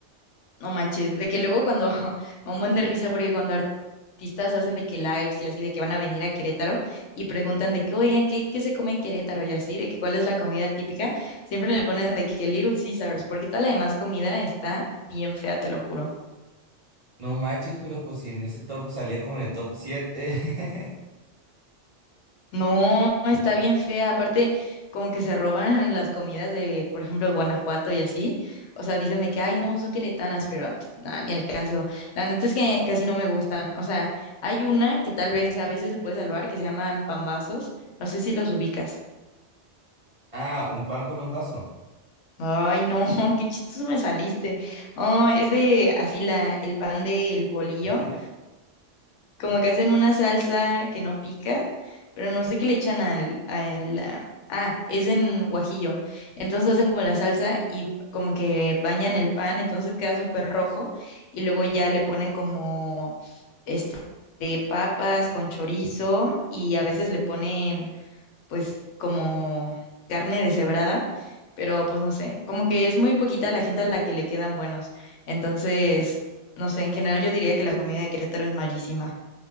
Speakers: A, on the left; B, on the right.
A: no manches, de que luego cuando <laughs> me da un buen de risa porque cuando artistas hacen de que lives y así de que van a venir a Querétaro y preguntan de que, "Oigan, ¿qué, qué se come en Querétaro?" y así, de que cuál es la comida típica, siempre le ponen de que Little Caesars, porque toda la demás comida está bien fea, te lo juro.
B: No manches, pero pues si en ese top salía como en el top 7. <laughs>
A: No, está bien fea. Aparte, como que se roban las comidas de, por ejemplo, Guanajuato y así. O sea, dicen de que, ay, no, son queretanas, pero <tsk> nada, ni el caso. La neta es que casi no me gustan. O sea, hay una que tal vez a veces se puede salvar, que se llaman pambazos. No sé si los ubicas.
B: Ah, un pan con un vaso.
A: Ay, no, <laughs> qué chistoso me saliste. Oh, es de así la, el pan del bolillo.
B: <laughs>
A: como que hacen una salsa que no pica, pero no sé qué le echan al, al, ah, ah, es en guajillo. Entonces hacen como la salsa y como que bañan el pan, entonces queda súper rojo y luego ya le ponen como este de papas con chorizo y a veces le ponen pues como carne deshebrada. Pero pues no sé, como que es muy poquita la gente a la que le quedan buenos. Entonces, no sé, en general yo diría que la comida de Querétaro es malísima.